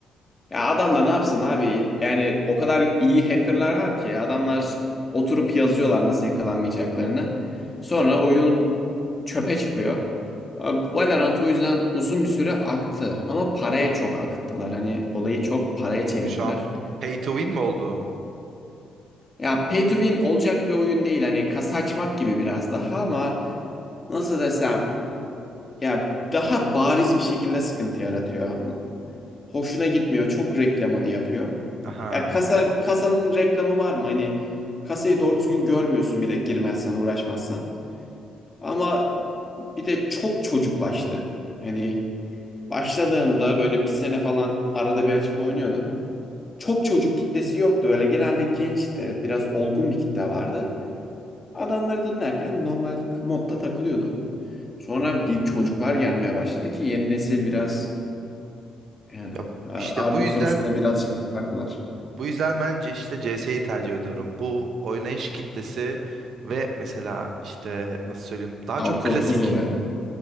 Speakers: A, on the left (about 25°); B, on the right (about 60°).
A: Ya adam da ne yapsın abi? Yani o kadar iyi hackerlar var ki adamlar oturup yazıyorlar nasıl yakalanmayacaklarını. Sonra oyun çöpe çıkıyor. Valorant o yüzden uzun bir süre aktı ama paraya çok akıttılar. Hani olayı çok paraya çevirdiler.
B: Şu an pay to win mi oldu?
A: Ya pay to win olacak bir oyun değil. Hani kasa açmak gibi biraz daha ama nasıl desem ya daha bariz bir şekilde sıkıntı yaratıyor. hoşuna gitmiyor. Çok reklamını yapıyor.
B: Aha.
A: Ya kasa kasanın reklamı var mı? Hani kasayı doğru düzgün görmüyorsun bile girmezsen, uğraşmazsan. Ama bir de çok çocuklaştı. Hani başladığımda böyle bir sene falan arada bir açıp oynuyordum. Çok çocuk kitlesi yoktu. Böyle genelde gençti. Biraz olgun bir kitle vardı. Adamları dinlerken normal modda takılıyordum. Sonra bir çocuklar gelmeye başladı ki yeni nesil biraz yani
B: Ya işte
A: argo
B: bu yüzden
A: konusunda birazcık farklılar.
B: Bu yüzden bence işte CS'yi tercih ediyorum. Bu oynayış kitlesi ve mesela işte nasıl söyleyeyim daha
A: Artı
B: çok klasik.
A: 30 oraya.